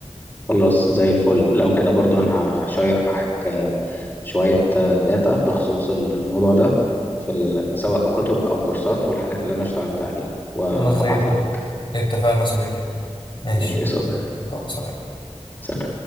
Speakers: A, on the left; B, on the left.
A: خلاص زي الفل لو كده برضو انا ه- هشير معاك آه، شوية آه، داتا بخصوص الموضوع ده في ال- سواء كتب او كورسات والحاجات اللي انا اشتغلت عليها وهبعتها
B: خلاص زي الفل
A: لك
B: اتفقنا يا صديقي ماشي
A: ماشي يا صديقي
B: يلا سلام
A: سلام